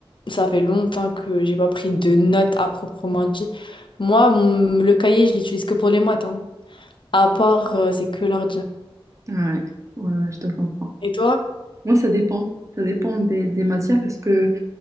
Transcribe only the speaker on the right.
Ouais, ouais, ouais, je te comprends.
Moi, ça dépend. Ça dépend des, des matières parce que